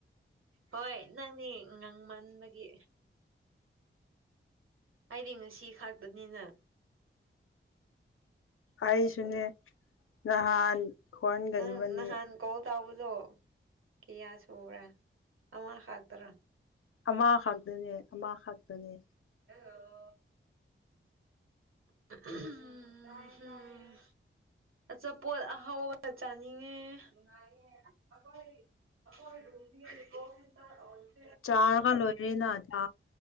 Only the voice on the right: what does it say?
ꯍꯣꯏ ꯅꯪꯅꯦ ꯉꯥꯡꯃꯟꯕꯒꯤ ꯍꯥꯏꯗꯤ ꯉꯁꯤ ꯈꯥꯛꯇꯅꯤꯅ
ꯅꯪ ꯅꯍꯥꯟ ꯀꯣꯜ ꯇꯧꯕꯗꯣ ꯀꯌꯥ ꯁꯨꯕꯔꯥ ꯑꯃ ꯈꯛꯇꯔꯥ
ꯑꯣ ꯎꯝ ꯑꯆꯥꯄꯣꯠ ꯑꯍꯥꯎꯕꯒ ꯆꯥꯅꯤꯡꯉꯦ ꯅꯨꯡꯉꯥꯏꯗꯣꯏꯅꯦ ꯑꯈꯣꯏ ꯑꯈꯣꯏ ꯔꯨꯝꯗꯤ <unintelligible>